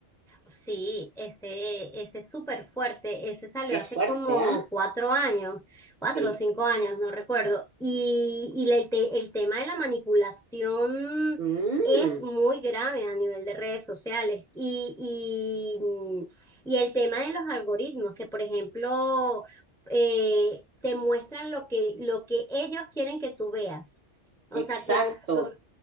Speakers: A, in the centre; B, on the right (about 55°).
A: Sí, ese, ese es súper fuerte, ese salió
B: Es
A: hace
B: fuerte,
A: como
B: ¿ah?
A: cuatro años, cuatro
B: ¿eh?
A: o cinco
B: Sí.
A: años, no recuerdo. Y, y la- el, te- el tema de la manipulación
B: Mm,
A: es muy grave a nivel de redes sociales. Y, y, mm, y el tema de los algoritmos, que por ejemplo eh, te muestran lo que, lo que ellos quieren que tú veas. O
B: exacto.
A: sea, con, con-